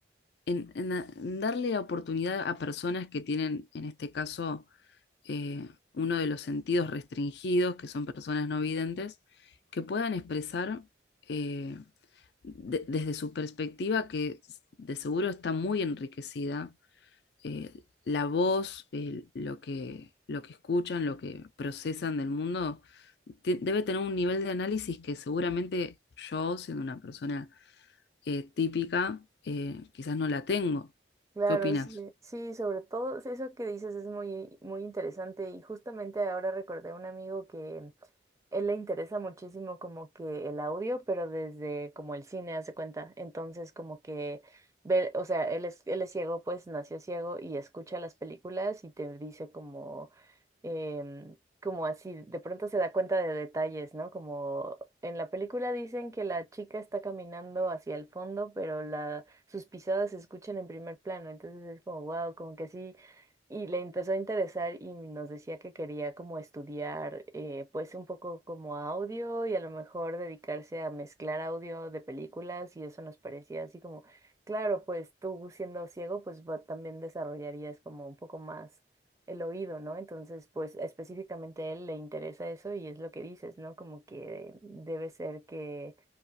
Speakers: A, on the left (about 65°); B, on the right (about 15°).
A: en- en a- en darle la oportunidad a personas que tienen, en este caso, eh, uno de los sentidos restringidos, que son personas no videntes, que puedan expresar eh, de- desde su perspectiva, que de seguro está muy enriquecida eh, la voz, el- lo que, lo que escuchan, lo que procesan del mundo, te- debe tener un nivel de análisis que seguramente yo, siendo una persona eh, típica, eh, quizás no la tengo.
B: Claro,
A: ¿Qué opinas?
B: sí, sí, sobre todo sí, eso que dices es muy, muy interesante y justamente ahora recordé a un amigo que él le interesa muchísimo como que el audio, pero desde como el cine, hace cuenta. Entonces como que ve, o sea, él es, él es ciego, pues nació ciego y escucha las películas y te dice como, em, como así, de pronto se da cuenta de detalles, ¿no? Como en la película dicen que la chica está caminando hacia el fondo, pero la, sus pisadas se escuchan en primer plano, entonces es como, wow, como que así y le empezó a interesar y nos decía que quería como estudiar, eh, pues un poco como audio y a lo mejor dedicarse a mezclar audio de películas y eso nos parecía así como, claro, pues tú siendo ciego, pues va- también desarrollarías como un poco más el oído, ¿no? Entonces, pues específicamente a él le interesa eso y es lo que dices, ¿no? Como que debe ser que